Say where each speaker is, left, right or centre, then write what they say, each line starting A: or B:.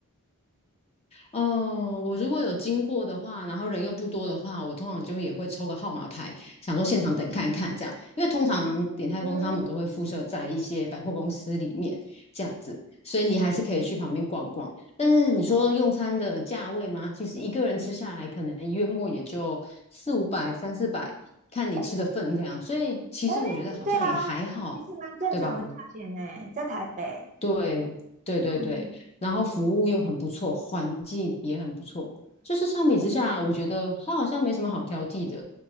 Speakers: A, on the left; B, on the right.
A: 哦，我如果有经过的话，然后人又不多的话，我通常就也会抽个号码牌，想说现场等看一看这样。因为通常鼎泰丰他们都会附设在一些百货公司里面这样子，
B: 嗯，
A: 所以你还是可以去旁边逛逛。但是你说用餐的价位吗？
B: 嗯，
A: 其实一个人吃下来，可能月末也就四五百、三四百，看你吃的分量。
B: 哎
A: 所以其实我觉得好像也还好，
B: 哎，对啊，其实蛮正常的价钱呢，
A: 对吧？
B: 在台北。
A: 对对对对，
B: 嗯，
A: 然后服务又很不错，环境也很不错，就是相比之下，我觉得它好像没什么好挑剔的，